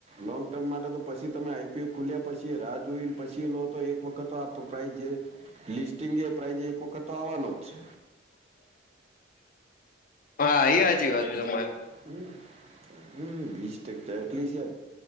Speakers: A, on the right; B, on the left.
A: લોંગ ટર્મ માટે તો પછી તમે આઈપીયુ ખુલ્યા પછી રાહ જોઈ છી લો તો એક વખત આ પ્રોફાઈલ જે, લિસ્ટંગ એ પ્રાઇઝે એક વખત આવવાનો જ છે.
B: હા, એ હાચી વાત હે તમારી.
A: હમ્મ હમ્મ વીસ ટકા એટલી છે?